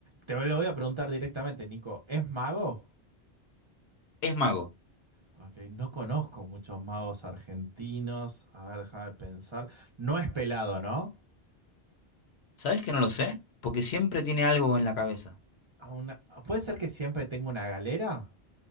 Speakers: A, on the right (about 35°); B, on the left (about 80°).
A: Te lo voy a preguntar directamente, Nico, ¿es mago?
B: Es mago.
A: Ok, no conozco muchos magos argentinos. A ver, déjame pensar. No es pelado, ¿no?
B: ¿Sabes que no lo sé? Porque siempre tiene algo en la cabeza.
A: A una- ¿Puede ser que siempre tenga una galera?